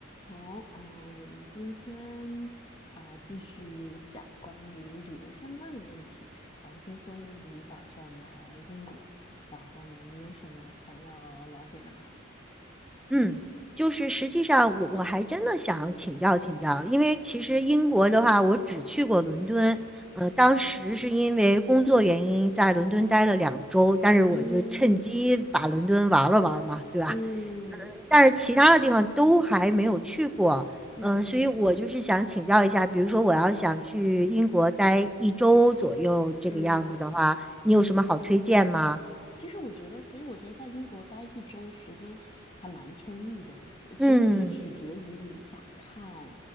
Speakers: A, on the left; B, in the centre.
A: 好啊，呃我们今天啊、呃继续讲关于旅游相关的问题啊。我听说呢，你打算来英国，然后呢，你有什么想要了解的吗？
B: 嗯，就是实际上我我还真的想请教请教，因为其实英国的话，我只去过伦敦，呃，当时是因为工作原因在伦敦待了两周，但是我就趁机把伦敦玩了玩嘛，
A: 嗯
B: 对吧？
A: 嗯嗯
B: 但是其他的地方都还没有去过，
A: 嗯，
B: 嗯、所以我就是想请教一下，
A: 嗯
B: 比如说我要想去英国待一周左右这个样子的话，
A: 嗯，
B: 你有什么好推荐吗？
A: 其实我觉得，其实我觉得在英国待一周时间还蛮充裕的。呃其实我觉得取决于你想看，
B: 嗯